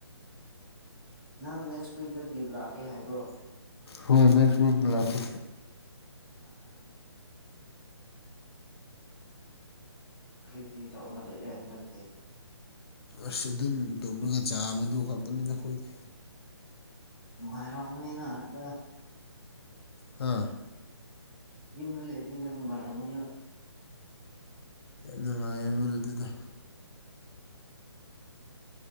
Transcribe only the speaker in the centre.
ꯅꯪ ꯅꯦꯛꯁ ꯋꯤꯛꯇꯒꯤ ꯂꯥꯛꯀꯦ ꯍꯥꯏꯕ꯭ꯔꯣ
ꯑ ꯀ꯭ꯔꯤ ꯀ꯭ꯔꯤ ꯇꯧꯔꯒ ꯂꯩꯔꯦ ꯍꯟꯗꯛꯇꯤ
ꯉꯔ ꯋꯥꯃꯅꯤꯅꯗ
ꯌꯨꯝꯗ ꯂꯩꯕꯅꯤꯅ ꯅꯨꯡꯉꯥꯏꯔꯝꯒꯅꯦꯕ